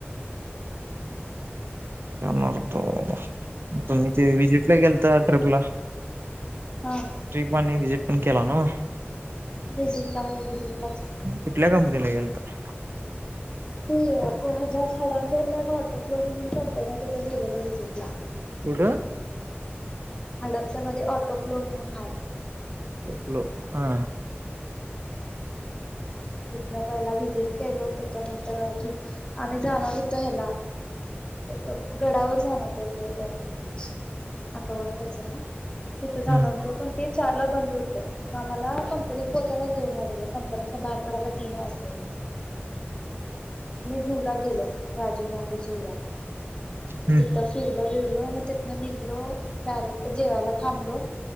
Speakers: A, on the right; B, on the left.
A: मग तो, तुम्ही ते विजिटला गेलता ट्रिपला
B: हा.
A: ट्रिप आणि विजिट पण केला नव?
B: विजिटला होयिजिट ला
A: कुठल्या कंपनीला गेलता?
B: ती ह्याच्यात हडपसरला एक ऑटोफ्लो म्हणून कंपनी तिथे गेलेला वि्हजिटला.
A: कुठ?
B: हडपसर मध्ये ऑटो फ्लो म्हणून हाय.
A: फ्लो हा.
B: म पहिला व्हिजिट केलो, त्याच्यानंतर अ आम्ही जाणार होतो ह्याला अ गडावर जाणार तो तो कुठे आठवण त्याच नाव! तिथं जाणार
A: हम्म
B: होतो पण ते चारला बंद होते मग आम्हाला पोहोचायलाच दोन वाजले, कंपनीत ना बाहेर पडायला तीन वाजलेले. झू ला गेलो राजीव गांधी, झू
A: हम्म
B: तिथं फिरलो गेलो. मग तिथनं निघलो डायरेक्ट जेवाला थांबलो.